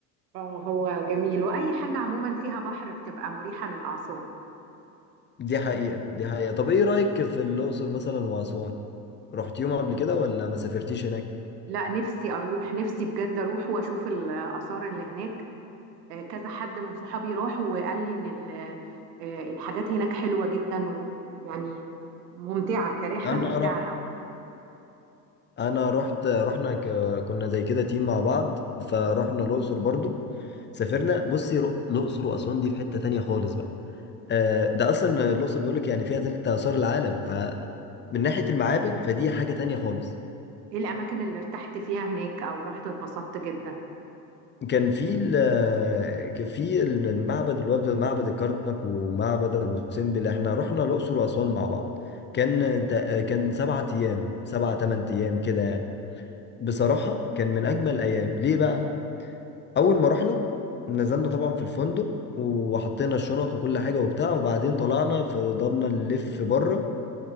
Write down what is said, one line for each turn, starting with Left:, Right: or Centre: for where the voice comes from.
Right: اه هو جميل واي حاجه عموما فيها بحر بتبقى مريحه للاعصاب
Left: دي حقيقة دي حقيقة طب ايه رأيك في الأقصر مثلا وأسوان رحت يوم قبل كده ولا ما سافرتيش هناك
Right: لا نفسي اروح نفسي بجد اروح واشوف الاثار اللي هناك آه، كذا حد من صحابي راح وقال لي ان ال- آه، الحاجات هناك حلوه جدا ويعني ممتعه كرحله
Left: انا
Right: ممتعه
Left: رحت
Right: قوي
Left: انا رحت رحنا ك... كنا زي كده تيم مع بعض فرحنا الأقصر برضو سافرنا بصي ر- الأقصر وأسوان دي في حتة تانية خالص بقى آه، ده أصلا الأقصر بيقولك يعني فيها تلت آثار العالم فمن ناحية المعابد فدي حاجة تانية خالص
Right: ايه الاماكن اللي ارتحت فيها هناك او رحت اتبسطت جدا
Left: كان في ال كان في المعبد اللي هو معبد الكرنك ومعبد ابو سمبل احنا رحنا الاقصر واسوان مع بعض كان تق- كان سبعة ايام سبعة تمن ايام كده يعني بصراحة كان من اجمل الايام ليه بقى اول ما رحنا نزلنا طبعا في الفندق وحطينا الشنط وكل حاجة وبتاع وبعدين طلعنا فضلنا نلف بره